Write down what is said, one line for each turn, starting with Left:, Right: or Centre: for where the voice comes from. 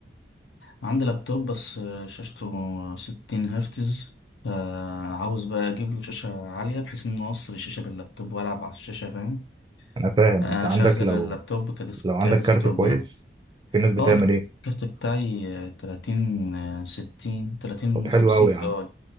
Left: عندي لابتوب بس آه، شاشته 60 هرتز فعاوز بقى أجيب له شاشة عالية بحيث إن أوصل الشاشة باللابتوب وألعب على الشاشة فاهم
Right: انا فاهم
Left: يعني
Right: انت
Left: انا اشغل
Right: عندك لو
Left: اللابتوب كديسك
Right: لو عندك
Left: كديسكتوب
Right: كارت كويس
Left: يعني
Right: في ناس بتعمل
Left: اه الكارت
Right: ايه؟
Left: بتاعي آه، 30 آه، 60 30
Right: طب حلو
Left: 50
Right: قوي
Left: تي
Right: يا عم
Left: اي